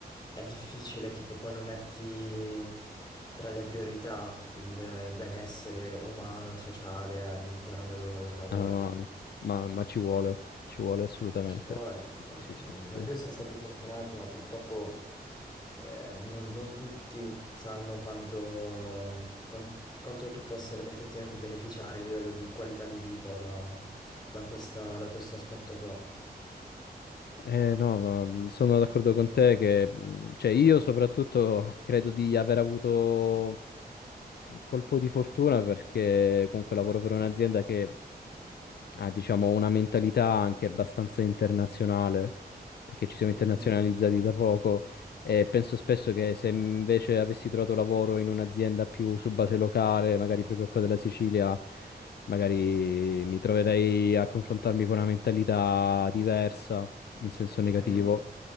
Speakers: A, on the left (about 25°); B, on the left (about 75°).
A: è difficile che poi non metti tra le priorità il benessere umano e sociale all'interno del luogo di lavoro.
B: No, no, ma, ma- ma ci vuole, ci vuole assolutamente.
A: Ci vuole, ci
B: Sì,
A: vuole.
B: sì, sì,
A: Noi
B: sì.
A: due siamo stati fortunati, ma purtroppo eh, non, non tutti sanno quanto, quan- quanto tu possa effettivamente beneficiare a livello di qualità di vita da, da questa- da questo aspetto qua.
B: Eh, no, ma mhmm, sono d'accordo con te che, mh, cioè, io soprattutto credo di aver avuto un colpo di fortuna perché comunque lavoro per un'azienda che ha, diciamo, una mentalità anche abbastanza internazionale, perché ci siamo internazionalizzati
A: Mhm,
B: da poco e penso spesso che se invece avessi trovato lavoro in un'azienda più su base locale, magari proprio qua della Sicilia, magari mi troverei a confrontarmi con una mentalità diversa, in senso negativo.
A: mhm.